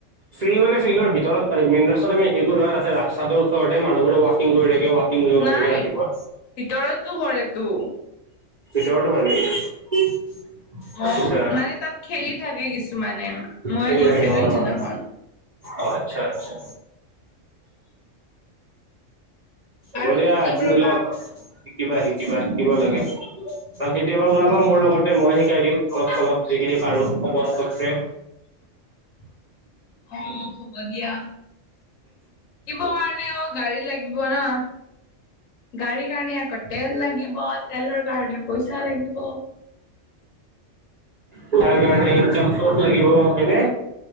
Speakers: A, on the right; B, on the left.
A: ফিল্ড মান ফিল্ডৰ ভিতৰত পাৰি মেইন ৰাস্তাত আমি দেখো নয়, তাতে ৰাস্তাটো ওচৰতে মানুহবোৰে ৱাকিং কৰি থাকে। কিং জম
B: নাই
A: হৈ থাকে ৰাতিপুৱা।
B: ভিতৰতো কৰেতো
A: <inaudible>
B: <inaudible> অ,
A: আচ্ছা
B: মানে তাত খেলি থাকে কিছুমানে মই
A: খেলি
B: গৈছিলো
A: থাকে হয়
B: সিদিনাখন।
A: হয় অ, আচ্ছা, আচ্ছা।
B: আৰু
A: বঢ়িয়া,
B: শিকিম
A: আতিনিল
B: ৰবা
A: শিকিবা, শিকিবা, শিকিব লাগে, বা কেতিয়াবা ওলাবা মোৰ লগতে মই শিকাই দিম অলপ অলপ যিখিনি পাৰু সমাপক্ষে
B: <inaudible> অ, হ'ব দিয়া কিব কাৰণে অ, গাড়ী লাগিব না। গাড়ীৰ কাৰণে এক তেল লাগিব, তেলৰ কাৰণে পইচা লাগিব।
A: তাৰ কাৰণে কেম্ফৰ্ত লাগিব হয়নে?